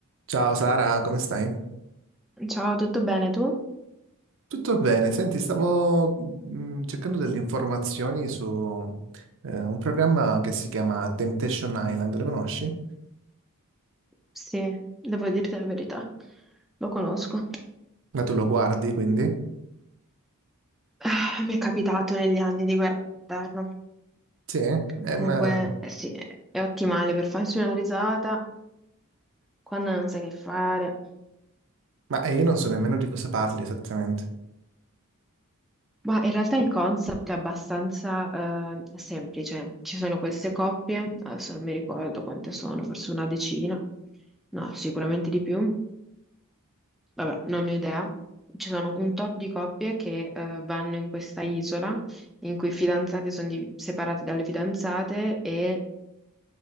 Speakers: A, on the right (about 60°); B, in the centre.
A: Ciao Sara, come stai?
B: Ciao, tutto bene tu?
A: Tutto bene. Senti, stavo mh, cercando delle informazioni su eh, un programma che si chiama Temptation Island, lo conosci?
B: Sì, devo dirti la verità, lo conosco.
A: Ma tu lo guardi, quindi?
B: Ah, mi è capitato negli anni di guardarlo.
A: Sì? Eh,
B: Comunque,
A: ma,
B: eh sì, è ottimale per farsi una risata quando non sai che fare.
A: ma eh, io non so nemmeno di cosa parli esattamente.
B: Ma in realtà il concept è abbastanza eh, semplice. Ci sono queste coppie, adesso non mi ricordo quante sono, forse una decina, no, sicuramente di più. Vabbè, non ne ho idea. Ci sono un tot di coppie che eh, vanno in questa isola in cui i fidanzati sono div- separati dalle fidanzate e